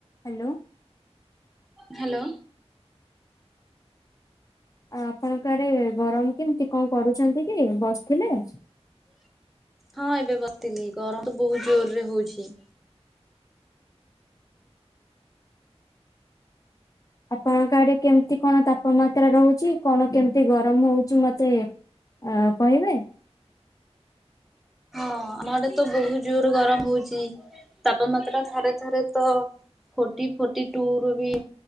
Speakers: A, on the left; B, in the centre.
A: Hello.
B: Hello.
A: ଆ ଆପଣଙ୍କ ଆଡେ ଗରମ କେମିତି। କଣ କରୁଛନ୍ତି କି ବସିଥିଲେ।
B: ହଁ ଏବେ ବସିଥିଲି ଗରମ ବହୁ ଜୋରରେ ହଉଛି।
A: ଆପଣଙ୍କ ଆଡେ କେମିତି କଣ ତାପମାତ୍ରା ରହୁଛି। କଣ କେମିତି ଗରମ ହଉଛି ମତେ ଆ କହିବେ।
B: ହଁ ଆମ ଆଡେ ତ ବହୁତୁ ଜୋର ଗରମ ହଉଛି। ତାପମାତ୍ରା ଥରେ ଥରେ ତ ଫୋଟି ଫୋଟି ଟୁ ରୁ ବି